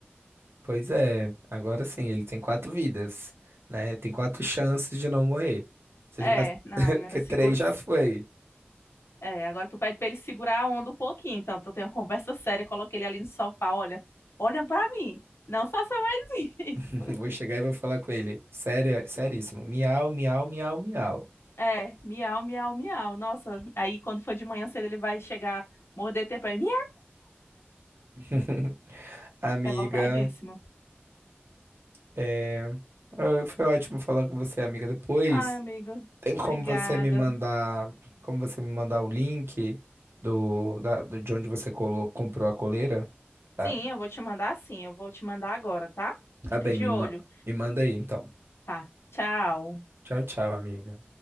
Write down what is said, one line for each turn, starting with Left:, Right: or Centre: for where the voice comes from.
Right: Pois é, agora sim, ele tem quatro vidas, né? Tem quatro chances de não morrer. Se
Left: É,
Right: ele gastar,
Left: não, era
Right: que
Left: seguro.
Right: <laughs> três já foi.
Left: É, agora tu pede pra ele segurar a onda um pouquinho, então tu tem uma conversa séria, coloquei ele ali no sofá, olha, olha pra mim, não faça mais <laughs> isso.
Right: <laughs> Eu Vou chegar e vou falar com ele. Sério, seríssimo. Miau, miau, miau, miau.
Left: É, miau, miau, miau. Nossa, aí quando for de manhã cedo ele vai chegar, morder teu pé. Miau!
Right: <laughs> Amiga.
Left: Revoltadíssimo.
Right: É, ah, foi ótimo falar com você, amiga. Depois,
Left: Ai, amigo,
Right: tem como
Left: obrigada.
Right: você me mandar, como você me mandar o link do, da, do- de onde você colo- comprou a coleira? Tá,
Left: Sim, eu vou te mandar sim, eu vou te mandar agora, tá?
Right: tá
Left: Fica
Right: bem,
Left: de
Right: me,
Left: olho.
Right: ma- me manda aí, então.
Left: Tá, tchau.
Right: Tchau, tchau, amiga.